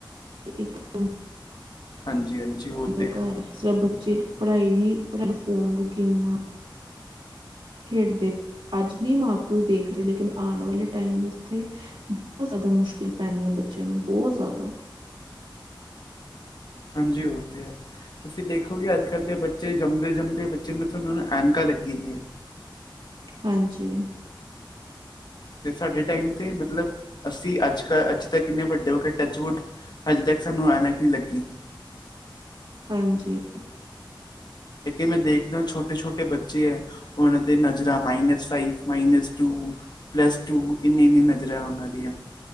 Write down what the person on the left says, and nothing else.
ਹਾਂਜੀ, ਹਾਂਜੀ। ਹੋਤੇ
ਹੈ
ਹਾਂਜੀ ਓ ਤੇ ਹੈ। ਤੁਸੀਂ ਦੇਖੋਗੇ, ਅੱਜ ਕੱਲ੍ਹ ਦੇ ਬੱਚੇ ਜੰਮਦੇ- ਜੰਮਦੇ ਬੱਚੇ ਨੂੰ ਦੇਖੋ ਐਨਕਾ ਲੱਗੀ ਦੀਆ
ਤੇ, ਸਾਡੇ ਟਾਈਮ ਤੇ, ਮਤਲਬ ਅਸੀਂ ਅੱਜ- ਕਲ, ਅੱਜ ਕਿੰਨੇ ਵੱਡੇ ਹੋ ਕੇ ਟੱਚਵੁੱਡ ਹਜੇ ਤੱਕ ਸਾਨੂੰ ਐਨਕ ਨੀ ਲੱਗੀ।
ਕਿ ਮੈਂ ਦੇਖਦਾ ਛੋਟੇ-ਛੋਟੇ ਬੱਚੇ ਐ। ਉਹਨਾਂ ਦੇ ਨਜ਼ਰਾਂ minus five, minus two plus two ਇੰਨੀ, ਇੰਨੀ ਨਜ਼ਰਾਂ ਉਹਨਾਂ ਦੀਆਂ